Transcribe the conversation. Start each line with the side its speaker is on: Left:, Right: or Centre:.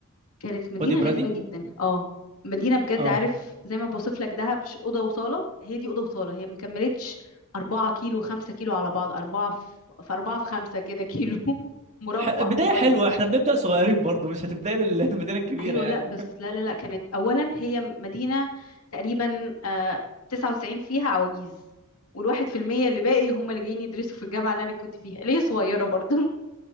Left: كانت مدينة
Right: بودي
Left: غريبة
Right: برادي
Left: جدا اه مدينة بجد
Right: اه
Left: عارف زي ما بوصف لك دهب ش- أوضة وصالة هي دي أوضة وصالة هي مكملتش أربعة كيلو خمسة كيلو على بعض أربعة في في أربعة في خمسة كده كيلو <laughs> مربع
Right: ح... بدايه
Left: صغير
Right: حلوه احنا بنبدا صغيرين برضه مش هتبداي بالمدينه <laughs> الكبيره
Left: ايوه
Right: يعني
Left: لا بس لا لا لا كانت اولا هي مدينه تقريبا آه 99 فيها عواجيز والواحد في المية اللي باقي هم اللي جايين يدرسوا في الجامعه اللي انا كنت فيها اللي هي صغيره برضه